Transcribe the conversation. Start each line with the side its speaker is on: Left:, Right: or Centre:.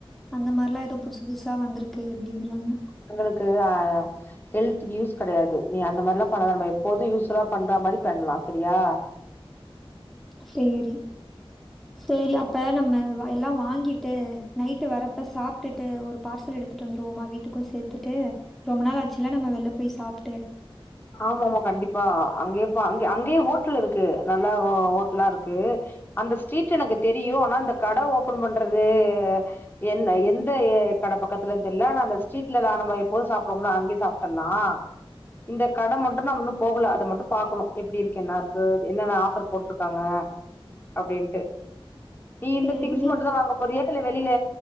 Centre: அந்த மாரிலா ஏதோ புதுசு புதுசா வந்திருக்கு அப்டிங்கறாங்க
Left: எங்களுக்கு ஆ ஹெல்துக்கு யூஸ் கெடையாது நீ அந்த மாரிலா பண்ணா வேண்டாமா எப்போது யூஸ்ஃபுல்லா பண்ற மாரி பண்ணலா சரியா
Centre: சேரி சேரி அப்ப நம்ம எல்லா வாங்கிட்டு நைட்டு வரப்ப சாப்ட்டுட்டு ஒரு பார்சல் எடுத்துட்டு வந்துடுவோமா வீட்டுக்கு சேத்துட்டு ரொம்ப நாள் ஆச்சுல்லா நம்ம வெளில போய் சாப்ட்டு
Left: ஆமா ஆமா கண்டிப்பா அங்கயே அங்க அங்கயே ஹோட்டல் இருக்கு நல்ல ஹோட்டல்லா இருக்கு அந்த ஸ்ட்ரீட் எனக்கு தெரியு ஆனா இந்த கடை ஓபன் பண்றது எந் எந்த கடைப்பக்கத்துலனு தெரில ஆனா அந்த ஸ்ரிட்லதா நம்ம எப்போதும் சாப் டுவோம்லா அங்கே சாப்புட்றலா இந்த கடை மட்டு நாம இன்னு போகல அத மட்டு பாக்கணு எப்டி இருக்கு என்ன இருக்கு என்னென்ன ஆஃபர் போட்ருக்காங்க அப்டின்ட்டு நீ
Centre: சரின்னு
Left: இந்த திங்ஸ் மட்டும்தா வாங்க போறியா இல்ல வெளியில